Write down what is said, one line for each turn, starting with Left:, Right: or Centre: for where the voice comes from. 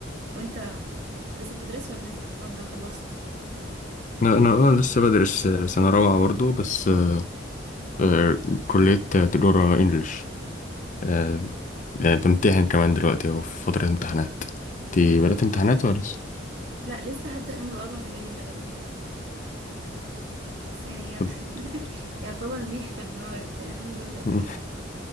Right: وانت لسه بتدرس ولا لس- ولا خلصت
Left: انا انا اه لسه بدرس آه، سنة رابعة برضه بس آه، آه، كلية آه، تجارة انجلش آه، آه، بمتحن كمان دلوقتي اهو في فترة امتحانات انت بدأت امتحانات ولا لسه؟
Right: لا لسه هبدا يوم الاربع اللي جاي غالبا بس يعني
Left: طب <laughs>
Right: <laughs> يعتبر ميح في المواد يعني الحمد لله
Left: مم.